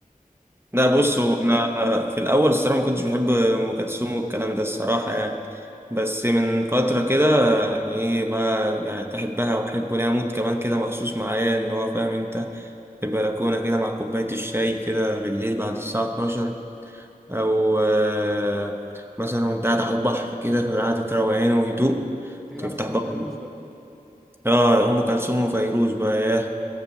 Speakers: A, on the right; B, in the centre.
A: لا
B: لكن
A: بص
B: آه،
A: هو انا في الاول الصراحه ما كنتش بحب ام كلثوم والكلام ده الصراحه يعني بس من فتره كده يعني ايه بقى يعني تحبها واحب ليها مود كمان كده مخصوص معايا ان هو فاهم انت في البلكونه كده مع كوبايه الشاي كده بالليل بعد الساعه 12 او آه، مثلا وانت قاعد على البحر كده في قعده روقان وهدوء
B: أنت كده
A: تفتح
B: عايز تسمع
A: بقى
B: فيروز بقى
A: اه ام كلثوم وفيروز بقى ياه